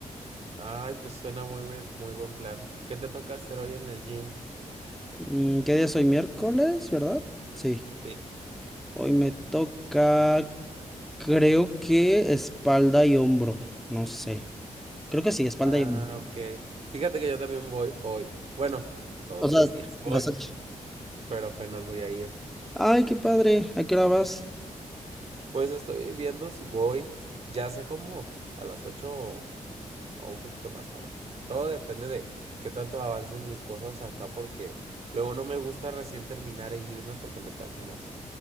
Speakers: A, on the right; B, in the centre.
A: Ay, pues suena muy buen, muy buen plan. ¿Qué te toca hacer hoy en el gym?
B: Mm, ¿qué día es hoy? Miércoles, ¿verdad? Sí,
A: Sí.
B: hoy me toca, creo que espalda y hombro, no sé. Creo que sí, espalda
A: Ah,
B: y hombro.
A: ok. Fíjate que yo también voy hoy. Bueno, todos
B: O sea,
A: los días voy,
B: vas a-
A: pero apenas voy a ir.
B: Ay, qué padre, ¿a qué hora vas?
A: Pues estoy viendo si voy, ya sé como a las ocho. o un poquito más tarde. Todo depende de qué tanto avancen mis cosas acá porque luego no me gusta recién terminar e irme porque me canso más.